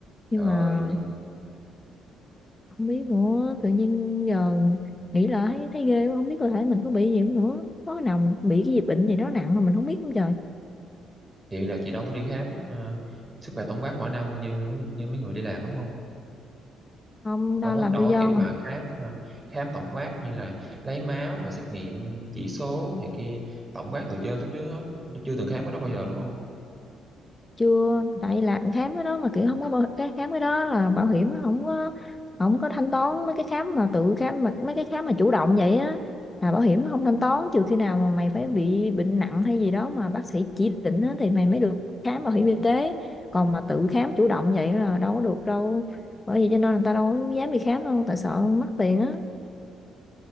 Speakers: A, on the left (about 20°); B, on the right (about 15°).
A: nhưng
B: rồi
A: mà
B: vậy
A: không biết nữa tự nhiên giờ nghĩ lại thấy thấy ghê quá, không biết cơ thể mình có bị gì không nữa có nào bị cái gì bệnh gì đó nặng mà mình không biết không trời
B: vậy là chị đâu có đi khám ờ, sức khỏe tổng quát mỗi năm như như mấy người đi làm đúng không
A: không
B: đâu
A: đang
B: có
A: làm
B: đâu
A: tự
B: có
A: do
B: kiểu
A: mà
B: mà khám ờ, khám tổng quát như là lấy máu và xét nghiệm chỉ số này kia tổng quát từ trên xuống dưới hết chưa từng khám cái đó bao giờ đúng không
A: chưa tại làm khám cái đó mà kiểu không có bảo, cái khám cái đó là bảo hiểm nó không có không có thanh toán mấy cái khám mà tự khám mà mấy cái khám mà chủ động vậy á là bảo hiểm nó không thanh toán trừ khi nào mà mày phải bị bệnh nặng hay gì đó mà bác sĩ chỉ định á, thì mày mới được khám bảo hiểm y tế còn mà tự khám chủ động vậy là đâu có được đâu bởi vì cho nên người ta đâu có dám đi khám đâu tại sợ mất tiền á